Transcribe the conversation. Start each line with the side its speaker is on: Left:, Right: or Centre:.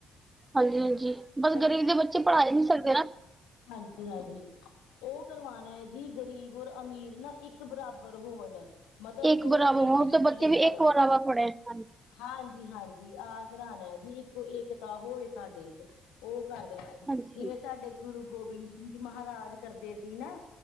Right: ਹਾਂਜੀ-ਹਾਂਜੀ ਬੱਸ
Left: ਬਈ
Right: ਗਰੀਬ ਦੇ ਬੱਚੇ ਪੜ੍ਹ ਹੀ ਨਹੀਂ ਸਕਦੇ ਨਾਂ
Left: ਹਨਾ ਜੀ <unintelligible> ਉਹ ਕਰਵਾਉਣਾ ਹੈ ਜੀ ਗਰੀਬ ਔਰ ਅਮੀਰ ਨਾ ਇੱਕ ਬਰਾਬਰ ਹੋਣ ਮਤਲਬ
Right: ਇੱਕ
Left: ਦੋਵੇਂ
Right: ਬਰਾਬਰ
Left: ਇੱਕ
Right: ਹੋਣ
Left: ਸਕੂਲੇ
Right: ਤੇ ਬੱਚੇ ਵੀ
Left: ਪੜ੍ਹਦੇ
Right: ਇੱਕ ਬਰਾਬਰ ਪੜ੍ਹੇ, ਹਾਂਜੀ,
Left: ਹਾਂਜੀ- ਹਾਂਜੀ ਆਹ ਕਰਾਣਾ ਜੀ ਇੱਕੋ ਏਕਤਾ ਹੋਏ ਸਾਡੇ ਚ ਉਹ ਕਰਦੇ ਆ ਜੀ
Right: ਹਾਂਜੀ,
Left: ਜਿਵੇਂ ਸਾਡੇ ਗੁਰੂ ਗੋਬਿੰਦ ਸਿੰਘ ਜੀ ਮਹਾਰਾਜ ਕਰਦੇ ਸੀ ਨਾਂ